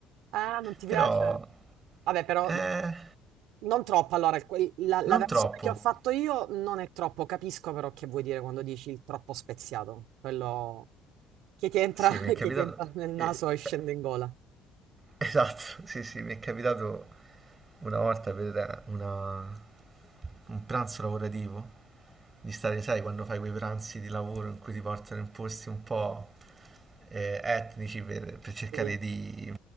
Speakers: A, on the right; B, on the right.
A: Ah, non ti
B: <laughs>
A: piace?
B: Però,
A: Vabbè, però
B: eh,
A: non troppo. Allora, il- quel- la, la
B: non
A: versione
B: troppo.
A: che ho fatto io non è troppo. Capisco però che vuoi dire quando dici il troppo speziato. Quello Che ti entra,
B: Sì,
A: <laughs>
B: mi è capitato...
A: che ti entra nel naso
B: eh,
A: e scende
B: eh,
A: in gola.
B: Esatto, sì, sì, mi è capitato una volta per una- un pranzo lavorativo, di stare, sai, quando fai quei pranzi di lavoro in cui ti portano in posti un po' eh, etnici per, per cercare
A: Sì,
B: di,